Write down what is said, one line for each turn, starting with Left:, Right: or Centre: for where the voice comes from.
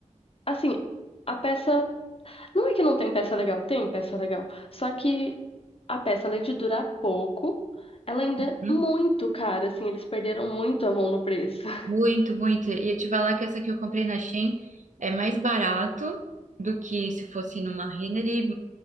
Left: assim, a peça. Não é que não tem peça legal, tem peça legal. Só que a peça, além de durar pouco, ela ainda
Right: Uhum.
Left: é muito cara, assim, eles perderam muito a mão no preço. <laughs>
Right: Muito, muito. E eu te falar que essa que eu comprei na Shein é mais barato do que se fosse numa Renner e,